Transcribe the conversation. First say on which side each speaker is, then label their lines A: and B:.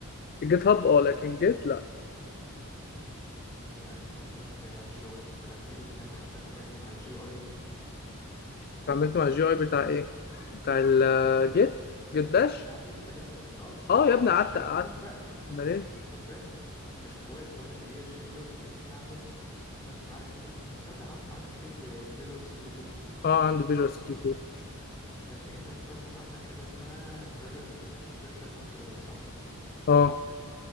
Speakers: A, on the left; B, on the left.
A: الجيت هاب اه لكن جيت لا
B: لا مثلا كشغل انت لما تيجي تتعامل حتى اتعاملت مع الجي او اي
A: اتعاملت مع الجي اي بتاع ايه بتاع الجيت جيت باش
B: اتعجبت اللي انت ب- اه بت...
A: اه يا
B: لا
A: ابني
B: مش
A: قعدت
B: مش
A: قعدت
B: باش بقى
A: امال ايه
B: مش باش مش اكواد بقول لك اللي هي الجي او اي اللي انت بتستعمل بس ما عارف انت اشتغلت عن... عندك اكيد فيجوال ستوديو كود
A: اه عندي فيجوال ستوديو كود
B: ماشي انت مثلا عندك حاجة اسمها فيرجن كنترول صح
A: اه